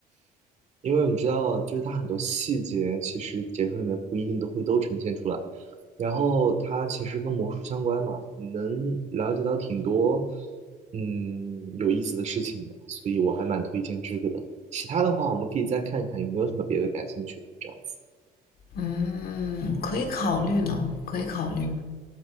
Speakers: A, on the right; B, on the left.
A: 因为你知道，就是它很多细节其实解说里面不一定都会都呈现出来。然后它其实跟魔术相关嘛，你能了解到挺多嗯有意思的事情的，所以我还蛮推荐这个的。其他的话，我们可以再看看有没有什么别的感兴趣的这样子。
B: 嗯，可以考虑呢，可以考虑。